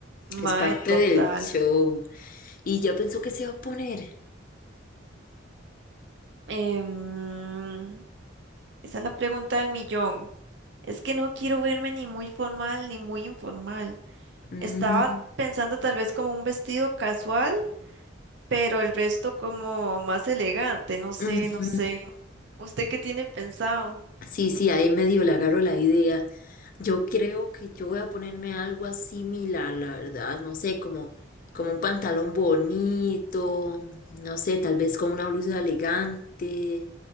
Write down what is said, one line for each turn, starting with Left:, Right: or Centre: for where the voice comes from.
Left: es
Right: Mae,
Left: parte
Right: total.
Left: del no. show. ¿Y ya pensó que se va a poner?
Right: Em, esa es la pregunta del millón. Es que no quiero verme ni muy formal ni muy informal.
Left: Mm,
Right: Estaba pensando tal vez como un vestido casual, pero el resto como más elegante, no sé,
Left: ujú.
Right: no sé. ¿Usted qué tiene pensado?
Left: Sí, sí, ahí medio le agarro la idea. Yo creo que yo voy a ponerme algo similar, la verdad. No sé, como, como un pantalón bonito, no sé, tal vez con una blusa elegante